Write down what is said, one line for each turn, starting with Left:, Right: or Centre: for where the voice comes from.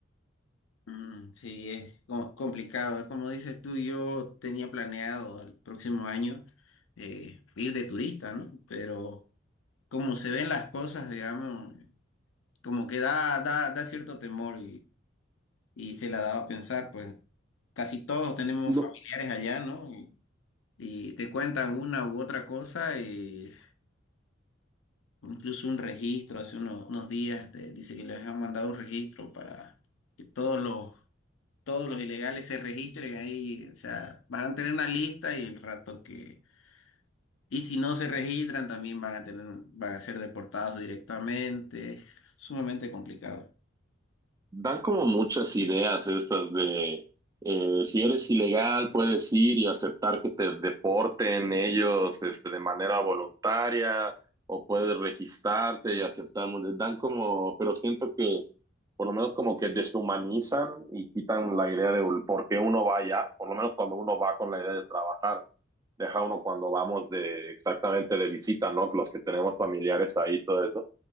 Left: Mm, sí, es co- complicado. Es como dices tú, yo tenía planeado el próximo año eh, ir de turista, ¿no? Pero como se ven las cosas, digamos, como que da, da, da cierto temor y se la daba a pensar, pues casi todos tenemos
Right: No,
Left: familiares allá, ¿no? Y, y te cuentan una u otra cosa, y incluso un registro, hace unos, unos días te dice que les han mandado un registro para que todos los, todos los ilegales se registren ahí, o sea, van a tener una lista y el rato que... Y si no se registran, también van a tener, van a ser deportados directamente. Es sumamente complicado.
Right: dan como muchas ideas estas de eh, si eres ilegal puedes ir y aceptar que te deporten ellos este, de manera voluntaria o puedes registrarte y aceptar. Dan como, pero siento que por lo menos como que deshumanizan y quitan la idea de por qué uno va allá, por lo menos cuando uno va con la idea de trabajar. deja uno cuando vamos de exactamente de visita, ¿no? Los que tenemos familiares ahí, todo eso.